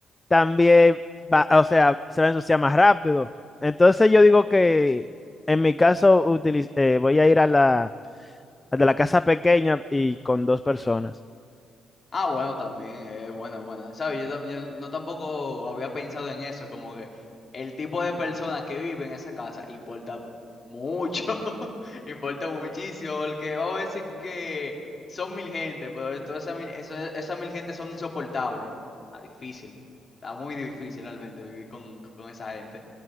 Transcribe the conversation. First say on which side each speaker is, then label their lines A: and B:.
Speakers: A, on the left (about 20°); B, on the left (about 35°).
A: también va, o sea, se va a ensuciar más rápido. Entonces yo digo que en mi caso utiliz- eh, voy a ir a la El de la casa pequeña y con dos personas.
B: Ah, bueno, también, es buena, buena. ¿Sabes? Yo, tam- yo no tampoco había pensado en eso, como que el tipo de persona que vive en esa casa importa mucho, <laughs> importa muchísimo, porque vamos a decir que son mil gente, pero de todas esas mil, esa- esas mil gente son insoportables. Está difícil, está muy difícil realmente vivir con, con esa gente.